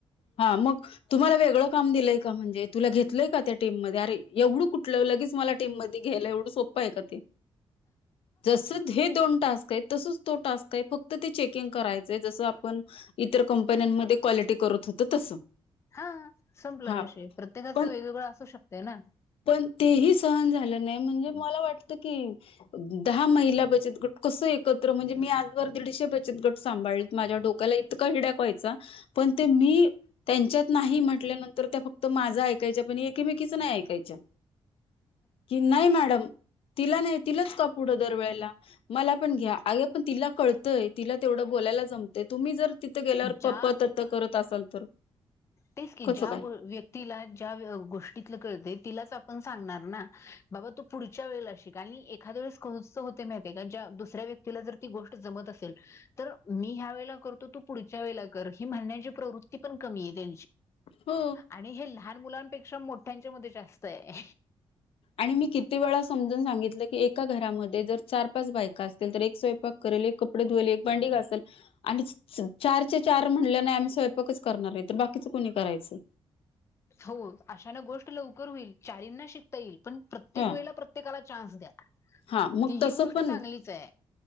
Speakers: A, on the left; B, on the left.
A: हा मग तुम्हाला वेगळं काम दिलंय का म्हणजे तुला घेतलंय का त्या टीम मध्ये अरे एवढं कुठलं लगेच मला टीम मध्ये घ्यायला एवढं सोपं आहे का ते. जस हे दोन टास्क तसच तो टास्क फक्त ते चेकिंग करायचंय जस आपण कंपन्यांमध्ये क्वालिटी करत होते तसं
B: हा संपला
A: हा
B: विषय प्रत्येकाच
A: पण
B: वेगवेगळं असू शकतय ना
A: पण तेही सहन झालं नाही म्हणजे मला वाटत की दहा महिला बचत गट कस एकत्र म्हणजे मी आजभर दीडशे बचत गट सांभाळ माझ्या डोक्याला इतका हड्या व्हायचा पण ते मी त्यांच्यात नाही म्हटल्यानंतर त्या फक्त माझा ऐकायच्या पण एकेमेकीच नाही ऐकायच्या कि नाही मॅडम तिला नाही तिलाच का पुढं दरवेेळेला मला पण घ्या अग पण तिला कळतंय तिला तेवढं बोलायला जमतंय तुम्ही जर गेल्यावर
B: ज्या
A: पप् तत करत असाल तर
B: तेच की
A: कसं
B: ज्या
A: काय
B: व्यक्तीला ज्या गोष्टीतलं कळते तिलाच आप पण सांगणार ना बाबा तू पुढच्या वेळेला शिक आणि एखाद्या वेळेस कस होतय माहितीये का ज्या दुसऱ्या व्यक्तीला जर ती गोष्ट जमत असेल तर मी ह्या वेळेला करतो तू पुढच्या वेळेला कर हि म्हणण्याची प्रवृत्ती पण कमी येते
A: हो
B: आणि हे लहान मुलांपेक्षा म मोठ्यांच्या मध्ये जास्त आहे
A: आणि मी किती वेळा समजून सांगितलं की एक एका घरामध्ये जर चार पाच बायका असतील तर एक स्वयंपाक करेल एक कपडे धुवेल एक बांडी घासेल आणि चारच्या चार म्हणल्या नाही आम्ही स्वयंपाकच करणार आहे तर बाकीच कोणी करायचं
B: हो अशान गोष्ट लवकर होईल चारींना शिकता येईल पण प्रत्येक
A: ह
B: वेळेला प्रत्येकाला चान्स द्या
A: हा मग
B: ती
A: तसं
B: ही गोष्ट
A: पण
B: चांगलीचाय